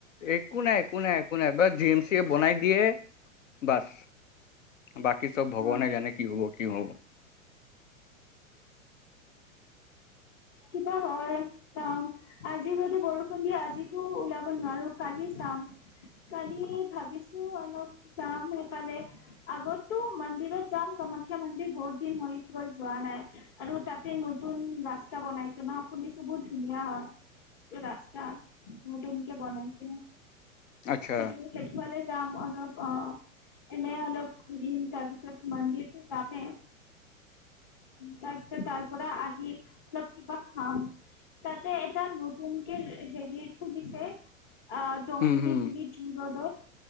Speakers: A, on the left; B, on the left.
A: একো নাই একো নাই একো নাই বছ জি এম চি য়ে বনাই দিয়ে বছ বাকী চব ভগৱানে
B: অ
A: জানে কি হব কি হব
B: কিবা হয় চাওঁ আজি যদি বৰষুণ দিয়ে আজিটো ওলাব নোৱাৰো কালি চাম কালি ভাবিছো অলপ যাম সেইফালে আগতো মন্দিৰত যাম কামাখ্যা মন্দিৰ বহুত দিন হৈ গল যোৱা নাই আৰু তাতে নতুন ৰাস্তা বনাইছে শুনিছো বহুত ধুনীয়া হয় ৰাস্তা নতুনকে বনাইছে
A: আচ্ছা
B: সেইটো সেইটোফালে যাম অ অ অ এনে অলপ ঘূৰিম তাৰপিছত মন্দিৰতটো যামে তাৰপিছত তাৰ পৰা আহি অলপ কিবা খাম তাতে এটা নতুনকে হেৰি খুলিছে আ টঙিনী
A: হুম হুম
B: বুলি জোৰ ৰোডত